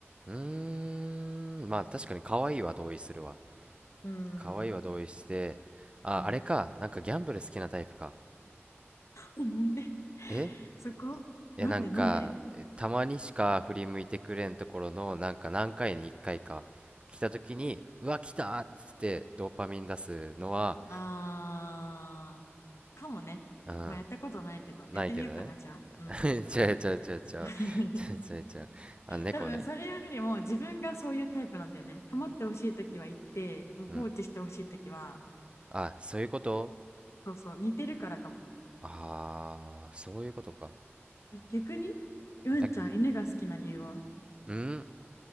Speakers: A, on the right; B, on the left.
A: うーん、まあ、確かに可愛いは同意するわ。
B: うーん、
A: 可愛いは同意して、あ、
B: うん。
A: あれか。なんかギャンブル好きなタイプか。
B: なんで <laughs>
A: え
B: そこなんでなんで
A: いやなんかたまにしか振り向いてくれんところのなんか何回に1回かいか来た時に「うわ来た!」っつってドーパミン出すのは
B: あー、かもね。
A: うん
B: まあやったことないけど、
A: ないけどね
B: やってみようかな、じゃあ。うん
A: <laughs> ちゃうちゃうちゃうちゃうちゃうちゃうちゃうあ猫ね
B: <laughs>。多分それよりも自分がそういうタイプなんだよね。構ってほしいときは言って、もう放置してほしいときは、
A: うんあそういうこと
B: そうそう、似てるからかも。
A: ああーそういうことか
B: 逆に、うんちゃん、
A: あ
B: 犬が好きな理由は
A: うん